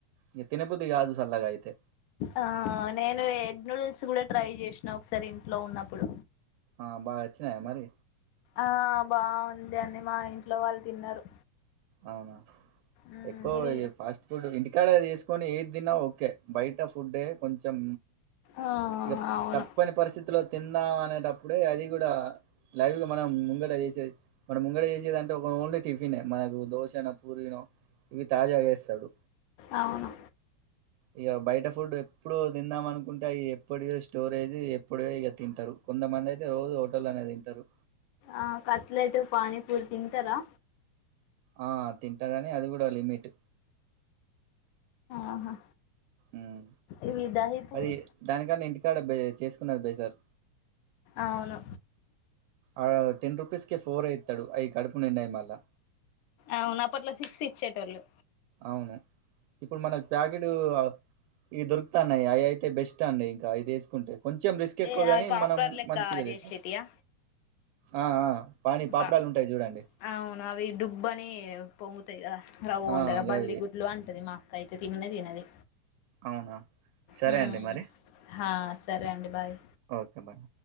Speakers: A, on the right; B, on the left.
A: ఇగ తినబుద్ది కాదు సల్లగా అయితే
B: ఆ నేను ఎగ్ నూడిల్స్ కూడా ట్రై చేసినా ఒకసారి ఇంట్లో ఉన్నప్పుడు
A: ఆ బాగా వచ్చినయా మరి
B: ఆ బాగుంది అని మా ఇంట్లో వాళ్ళు తిన్నారు
A: అవునా
B: మ్మ్
A: ఎక్కువ
B: ఇవి
A: ఫాస్ట్ ఫుడ్ ఇంటికాడ చేసుకొని ఏది తిన్నా ఓకే బయట ఫుడ్డే కొంచెం
B: ఆ
A: ఇగ
B: అవును
A: తప్ ప్పని పరిస్థితిలో తిందాం అనేటప్పుడే అది కూడా లైవ్ గా మన ముంగడ చేసేది మనం ముంగట చేసేది అంటే ఒక ఓన్లీ టిఫిన్ మనకు దోసనో పూరీనో ఇవి తాజాగా వేస్తాడు
B: అవును
A: ఇగ బయట ఫుడ్ ఎప్పుడు తిందాం అనుకుంటే అ ఎప్పుడు స్టోరేజ్ ఎప్పుడియొ ఇగా తింటారు కొంతమంది అయితే రోజు హోటల్లనే తింటారు
B: ఆ కట్లెట్ పానీపూలు తింటారా
A: ఆ తింటా కని అది కూడా లిమిట్
B: ఆహా
A: ఉమ్.
B: ఇవి దహి పూరి
A: అది దానికన్నా ఇంటికాడ బ్ చేసుకున్నది బేటర్
B: అవును
A: ఆ టెన్ రూపీస్క ఫోరే యిత్తడు అవి కడుపు నిండయి మళ్ళా
B: అవున అప్పట్లో సిక్స్ ఇచ్చేటోళ్ళు
A: అవును ఇప్పుడు మనకు ప్యాకెట్ ఇవి దొరుకుతాన్నాయి అవి అయితే బెస్ట్ అండి ఇంకా అయి తీస్ కుంటే కొంచెం రిస్క్ ఎక్కువగాని
B: ఏ అవి పాప్కార్న్
A: మనం
B: లెక్క
A: మంచిగా
B: చేసేటియా
A: తీసుకోం ఆ ఆ పాని పాపడాలు
B: పా
A: ఉంటాయి చూడండి
B: అవును అవి డుబ్బ అని పొంగుతాయి కదా రవు
A: ఆ
B: ఉండగా
A: గవి
B: బల్లి గుడ్లు అంటది మా కైతే తిననే తినది
A: అవునా సరే
B: మ్
A: అండి మరి
B: హా సరే అండి బాయ్
A: ఓకే బాయ్